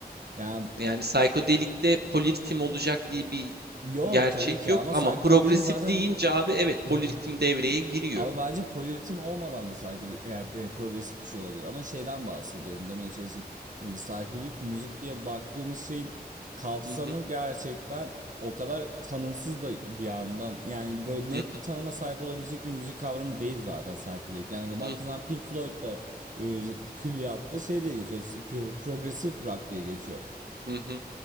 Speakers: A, on the right (about 50°); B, on the right (about 75°).
A: Yani
B: Yani psikodelikte poliritim olacak diye bir
A: yok
B: gerçek
A: tabii ki
B: yok
A: ama
B: ama
A: psychedelic'in
B: progresif
A: zaten
B: deyince abi evet
A: <laughs>
B: poliritim devreye giriyor.
A: Ama bence poliritim olmadan da psikodelik yani e, progresif bir şey olabilir. Ama şeyden bahsediyorum demeye çalıştım. Şimdi psikodelik müzik diye baktığımız şeyin kapsamı
B: Hı hı,
A: gerçekten o kadar tanımsız da bir yandan. Yani böyle net
B: hı
A: bir tanıma sahip olabilecek bir müzik kavramı değil zaten psikodelik. Yani baktığınız
B: hı, hı hı,
A: zaman Pink Floyd da e, külliyatta şey diye geçiyor. sp- Progresif rock diye geçiyor.
B: hı hı.